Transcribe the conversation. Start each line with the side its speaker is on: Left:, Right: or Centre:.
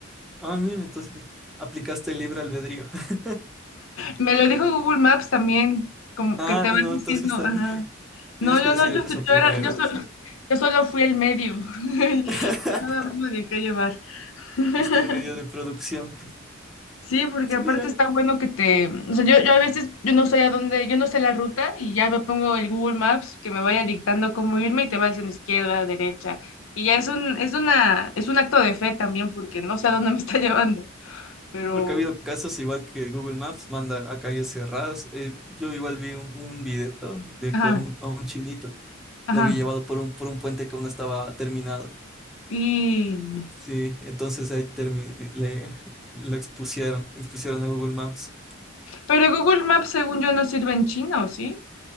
Centre: Ah, mira, entonces aplicaste el libre albedrío. <laughs>
Left: Me lo dijo Google Maps también, como
Centre: Ah,
Left: que te van
Centre: no,
Left: diciendo,
Centre: entonces ahí,
Left: ajá.
Centre: tenías
Left: No,
Centre: que
Left: yo
Centre: decir
Left: no, yo,
Centre: eso
Left: yo
Centre: primero.
Left: era, yo solo, yo solo fui el medio. <laughs>
Centre: <laughs>
Left: Yo Nada más me dejé llevar. <laughs>
Centre: Viste el medio de producción.
Left: Sí, porque
Centre: Sí,
Left: aparte
Centre: mira.
Left: está bueno que te, o sea, yo, yo a veces yo no sé a dónde, yo no sé la ruta y ya me pongo el Google Maps que me vaya dictando cómo irme y te va diciendo izquierda, derecha. Y ya es un, es una, es un acto de fe también porque no sé a dónde me está <laughs> llevando, pero,
Centre: Sí, porque ha habido casos igual que Google Maps manda a calles cerradas. Eh, yo igual vi un, un video de
Left: ajá,
Centre: que a un, a un chinito
Left: ajá.
Centre: le había llevado por un, por un puente que aún no estaba terminado.
Left: Y,
Centre: Sí, entonces ahí termi- le, lo expusieron, expusieron a Google Maps.
Left: pero Google Maps según yo no sirve en chino, ¿sí?